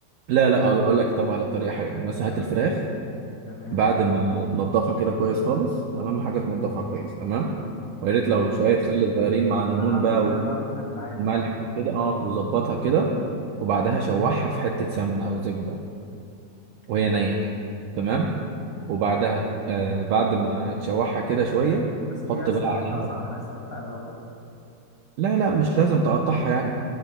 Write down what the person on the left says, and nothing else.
طب
قول تمام
انا بعمل
كده بعمل كده في العادي
عامه
تمام
بس دي
عايز
تقطع
صح عايز تقطع الاول